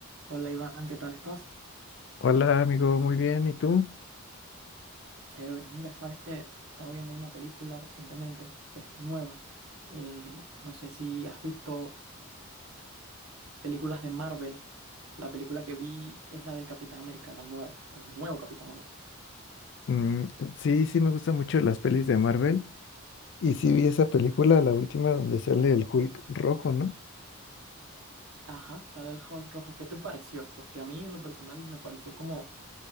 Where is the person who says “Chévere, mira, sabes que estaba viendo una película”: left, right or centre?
Right